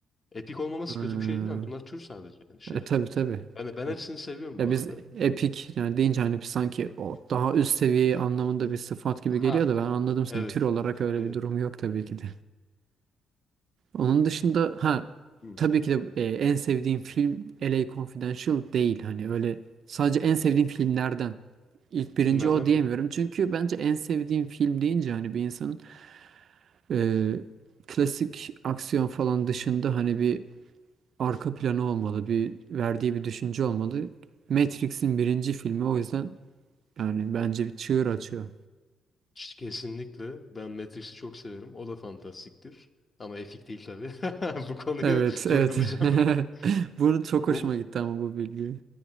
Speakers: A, on the left; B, on the right.
A: Epik olmaması
B: Hmm.
A: kötü bir şey değil ama bunlar tür sadece yani şey.
B: E, tabii tabii.
A: Yani ben
B: Evet.
A: hepsini seviyorum
B: Ya
A: bu arada.
B: biz epik yani deyince hani biz sanki o daha üst seviye anlamında bir sıfat gibi
A: Ha,
B: geliyor da ben anladım seni.
A: Evet.
B: Tür olarak öyle
A: Evet.
B: bir durum yok tabii ki de. Onun dışında ha
A: Hı.
B: tabii ki de e, en sevdiğim film LA Confidential değil hani öyle sadece en sevdiğim filmlerden. ilk birinci
A: Filmlerden
B: o diyemiyorum.
A: biri.
B: Çünkü bence en sevdiğim film deyince hani bir insanın Ee, klasik aksiyon falan dışında hani bir arka planı olmalı, bir verdiği bir düşünce olmalı. Matrix'in birinci filmi o yüzden yani bence bir çığır açıyor.
A: Ç- Kesinlikle. Ben Matrix'i çok severim. O da fantastiktir. Ama epik değil tabii. <laughs> Bu konuyu
B: Evet, evet.
A: vurgulayacağım böyle.
B: <laughs> Bunu çok
A: Bu
B: hoşuma gitti ama bu bilgi.